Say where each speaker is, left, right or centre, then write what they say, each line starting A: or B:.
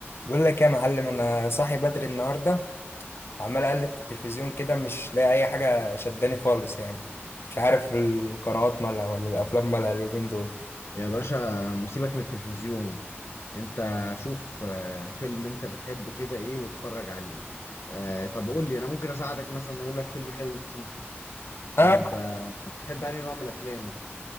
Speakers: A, on the left; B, on the left.
A: بقول لك يا معلم انا صاحي بدري النهارده عمال اقلب في التلفزيون كده مش لاقي اي حاجه شداني خالص يعني مش عارف القنوات مالها ولا الافلام مالها اليومين دول
B: يا باشا مسيبك من التلفزيون انت شوف آه، فيلم انت بتحبه كده ايه واتفرج عليه آه، طب قول لي انا ممكن اساعدك مثلا اقول لك فيلم حلو تشوفه
A: انا
B: انت بتحب انهي نوع من الافلام